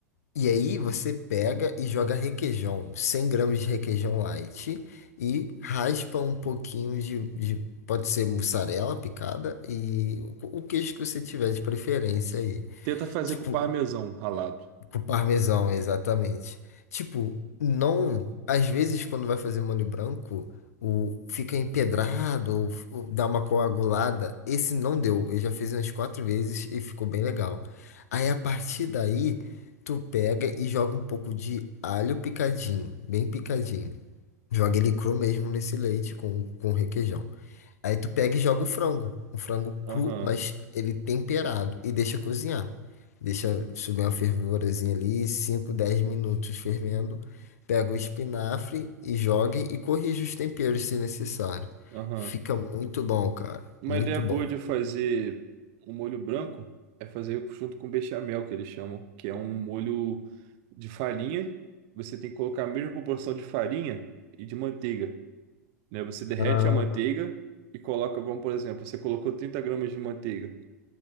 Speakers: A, on the left; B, on the right.
A: e aí você pega e joga requeijão, 100 gramas de requeijão light e raspa um pouquinho de, de- pode ser mussarela picada e o, o queijo que você tiver de preferência aí.
B: Tenta fazer
A: Tipo,
B: com parmesão ralado.
A: Pro parmesão, exatamente. Tipo, não. Às vezes, quando vai fazer molho branco, o, fica empedrado ou, f- ou dá uma coagulada. Esse não deu. Eu já fiz umas quatro vezes e ficou bem legal. Aí, a partir daí, tu pega e joga um pouco de alho picadinho, bem picadinho. Joga ele cru mesmo nesse leite com, com requeijão. Aí tu pega e joga o frango. O frango cru,
B: Aham,
A: mas ele temperado. E deixa cozinhar. Deixa subir uma fervurazinha ali, 5 10 minutos fervendo. Pega o espinafre e joga e corrige os temperos se necessário.
B: aham.
A: Fica muito bom, cara.
B: Uma
A: Muito
B: ideia
A: bom.
B: boa de fazer um molho branco é fazer junto com bechamel, que eles chamam, que é um molho de farinha. Você tem que colocar a mesma proporção de farinha e de manteiga. né? Você derrete
A: Ah,
B: a manteiga e coloca, vamos por exemplo, você colocou 30 gramas de manteiga,